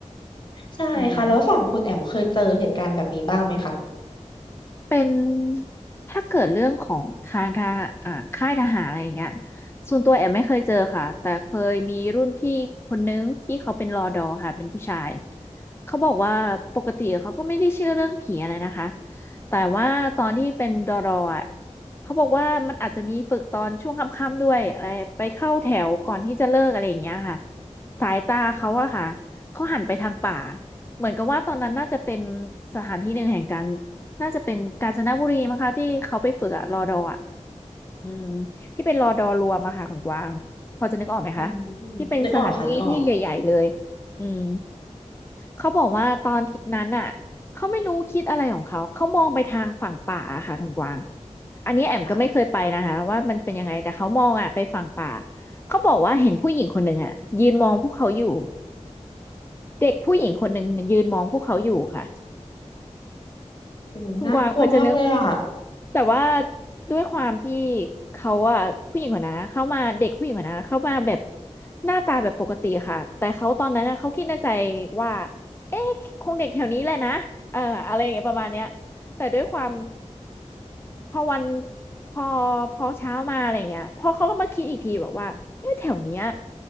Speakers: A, on the left; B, on the left.
A: ใช่ค่ะแล้วฝั่งคุณแอมเคยเจอเหตุการณ์แบบนี้บ้างไหมคะ
B: อืม เป็นถ้าเกิดเรื่องของทางทหารอ่าค่ายทหารอะไรอย่างเงี้ยส่วนตัวแอมไม่เคยเจอค่ะแต่เคยมีรุ่นพี่คนนึงที่เขาเป็นรอดอค่ะเป็นผู้ชายเขาบอกว่าปกติเขาก็ไม่ได้เชื่อเรื่องผีอะไรนะคะแต่ว่าตอนที่เป็นดอรออ่ะเขาบอกว่ามันอาจจะมีฝึกตอนช่วงค่ำๆด้วยอะไรไปเข้าแถวก่อนที่จะเลิกอะไรอย่างเงี้ยค่ะสายตาเขาอะค่ะเขาหันไปทางป่าเหมือนกับว่าตอนนั้นน่าจะเป็นสถานที่หนึ่งแห่งการ น่าจะเป็นกาญจนบุรีมั้งคะที่เขาไปฝึกอะรอดออะอืมที่เป็นรอดอรวมอะค่ะของกวางพอจะนึกออกไหมคะ
A: อืม
B: ที่เป็นสถานที่ที่ใหญ่ๆเลย
A: นึกออกค่ะนึกออก
B: อืมเขาบอกว่าตอนที่นั้นอะเขาไม่รู้คิดอะไรของเขาเขามองไปทางฝั่งป่าอะค่ะของกวางอันนี้แอมก็ไม่เคยไปนะคะว่ามันเป็นยังไงแต่เขามองอะไปฝั่งป่า
A: ค่ะ
B: เขาบอกว่าเห็นผู้หญิงคนหนึ่งอะยืนมองพวกเขาอยู่เด็กผู้หญิงคนหนึ่งยืนมองพวกเขาอยู่ค่ะ
A: โอ้น่ากลัวมากเลยอ่ะ
B: คุณกวางพอจะนึกแต่ว่าด้วยความที่เขาอะผู้หญิงคนนะเข้ามาเด็กผู้หญิงคนนะเข้ามาแบบหน้าตาแบบปกติค่ะแต่เขาตอนนั้นนะเขาคิดในใจว่าเอ๊ะคงเด็กแถวนี้แหละนะเอออะไรอย่างเงี้ยประมาณเนี้ยแต่ด้วยความ พอวันพอพอเช้ามาอะไรเงี้ยพอเขาก็มาคิดอีกทีบอกว่าเอ๊ะแถวเนี้ย